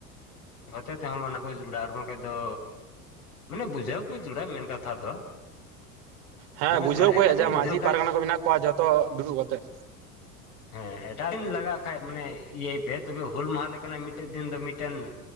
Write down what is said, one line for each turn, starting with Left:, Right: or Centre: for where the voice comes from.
Left: ᱦᱚᱛᱮ ᱛᱮᱦᱚᱸ ᱢᱟᱱᱟ ᱠᱚ ᱡᱩᱲᱟ ᱟᱨ ᱵᱟᱝᱠᱷᱟᱡ ᱫᱚ ᱢᱟᱱᱮ ᱵᱩᱡᱷᱟᱹᱣ ᱠᱚ ᱡᱩᱲᱟ ᱢᱮᱱ ᱠᱟᱛᱷᱟ ᱫᱚ
Right: ᱦᱮᱸ ᱵᱩᱡᱷᱟᱹᱣ
Left: ᱡᱟᱹᱨᱩᱲᱟ
Right: ᱠᱚ
Left: ᱮᱴᱟᱜ ᱫᱤᱱ
Right: ᱡᱟᱦᱟᱭ ᱢᱟᱹᱡᱷᱤ
Left: ᱡᱟᱹᱨᱩᱲ ᱠᱷᱟᱡ
Right: ᱯᱟᱨᱜᱟᱱᱟ ᱠᱚ ᱢᱤᱱᱟᱜ ᱠᱚᱣᱟ ᱡᱷᱚᱛᱚ ᱫᱩᱲᱩᱵ ᱠᱟᱛᱮᱜ
Left: ᱦᱮᱸ ᱮᱴᱟᱜ ᱫᱤᱱ ᱞᱟᱜᱟᱜ ᱠᱷᱟᱡ ᱢᱟᱱᱮ ᱤᱭᱟᱹᱭ ᱯᱮ ᱛᱚᱵᱮ ᱦᱩᱞ ᱢᱟᱦᱟ ᱞᱮᱠᱟᱱᱟᱜ ᱢᱤᱫᱴᱮᱱ ᱫᱤᱱ ᱫᱚ ᱢᱤᱫᱴᱮᱱ